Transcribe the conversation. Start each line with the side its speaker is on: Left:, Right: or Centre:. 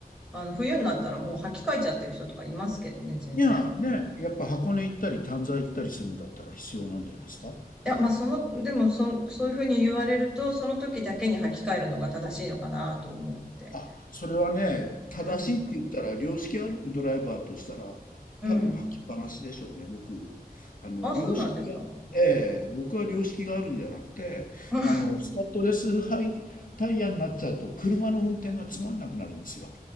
Centre: う、あの、冬になったらもう履き替えちゃってる人とかいますけどね、全然。
Left: いや、ね、やっぱ箱根行ったり、丹沢行ったりするんだったら必要なんじゃないですか。はい。
Centre: いや、まあ、その、でもそん、そういうふうに言われると、その時だけに履き替えるのが正しいのかなと思って。
Left: あ、それはね、正しいって言ったら、
Centre: うん。
Left: 良識あるドライバーとしたら、
Centre: うん。
Left: 多分履きっぱなしでしょうね、僕。あの、
Centre: あ、
Left: 良識が、
Centre: そうなんですか。
Left: ええ、僕は良識があるんじゃなくて、
Centre: <laughs> うん
Left: あの、スタッドレスハイタイヤになっちゃうと、車の運転がつまんなくなるんですよ。